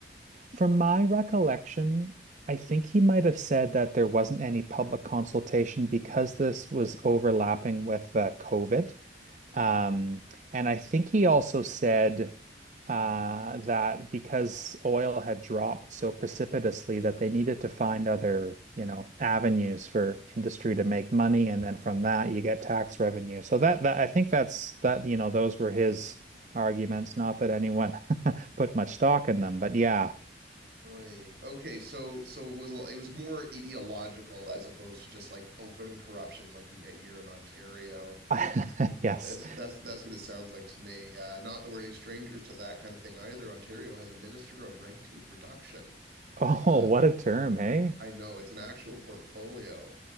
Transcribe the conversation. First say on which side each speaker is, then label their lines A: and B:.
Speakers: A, on the right; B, on the right.
A: from my recollection, I think he might have said that there wasn't any public consultation because this was overlapping with uh, COVID. Um, and I think he also said uh, that because oil had dropped so precipitously that they needed to find other, you know, avenues for industry to make money, and then from that you get tax revenue. So that, that I think that's that, you know, those were his arguments, not that anyone put much stock in them, but yeah.
B: Oy. Okay, so so it was it was more ideological as opposed to just like open corruption like we get here in Ontario.
A: <laughs> Yes.
B: That's that's that's what it sounds like to me. Uh, not that we're any strangers to that kind of thing either. Ontario has a minister of red tape reduction.
A: Oh,
B: Uh,
A: what a term, hey?
B: I know it's an actual portfolio.